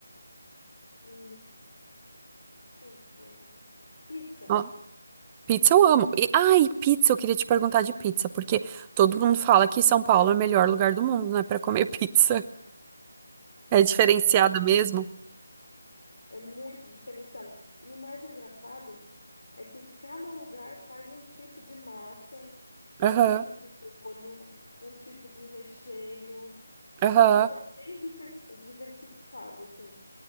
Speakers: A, on the left; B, on the right.
A: E deixa eu ver. Pizza
B: Ó, pizza eu amo. E, ai, pizza, eu queria te perguntar de pizza, porque todo mundo fala que São Paulo é o melhor lugar do mundo, né, pra comer <laughs> pizza. É diferenciada
A: é,
B: mesmo?
A: é muito diferenciada. E o mais engraçado é que cada lugar faz um tipo de massa, um
B: Aham,
A: tipo de molho, um tipo de recheio. Então,
B: aham,
A: tipo, é bem difer- diversificado, assim.